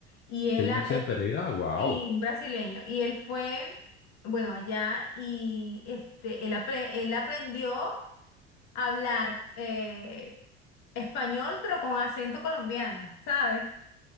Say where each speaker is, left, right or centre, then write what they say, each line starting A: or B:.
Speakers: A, on the left; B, on the left.
A: Y él,
B: Seis
A: a
B: meses
A: eh,
B: en Pereira, wow.
A: sí, un brasileño. Y él fue, bueno, allá y este, él, apre- él aprendió a hablar eh, español, pero con acento colombiano, ¿sabes?